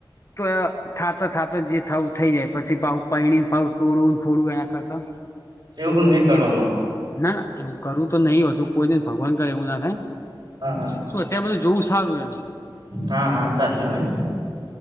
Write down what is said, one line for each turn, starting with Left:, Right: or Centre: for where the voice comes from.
Left: તો એ થાત થાત જ જે થાવું થઈ જાય પછી પાવું પેણી ને પાવું તોડવું ને ફોડવું એના કરતા.
Right: એવું નહી કરવાનું.
Left: એ ના ના એવું કરવું તો નહી હતું કોઈ ન ભગવાન કરે એવું ના થાય
Right: હા
Left: શું અત્યાર બધું જોવું સારું એમ.
Right: હા. સાચી વાત.